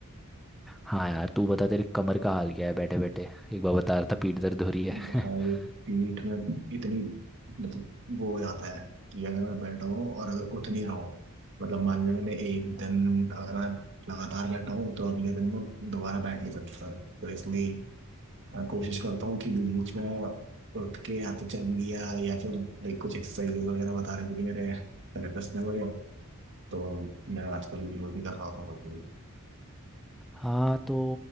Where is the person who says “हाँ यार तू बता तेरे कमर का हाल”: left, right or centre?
Centre